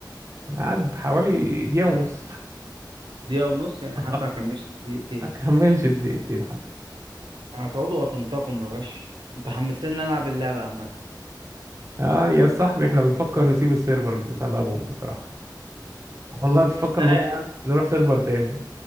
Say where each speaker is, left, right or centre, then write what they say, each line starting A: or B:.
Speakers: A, on the right; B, on the right.
A: قعد حوالي دقيقة ونص
B: دقيقة ونص يعني
A: <laughs>
B: حتى ما كملش دقيقتين
A: ما كملش الدقيقتين حتى
B: هتقعدوا وهتنتقموا يا باشا انت حمستني ان انا العب اللعبة عامة
A: اه يا صاحبي احنا بنفكر نسيب السيرفر بسببهم بصراحة والله بتفكر
B: لا
A: نروح
B: يا عم
A: نروح سيرفر تاني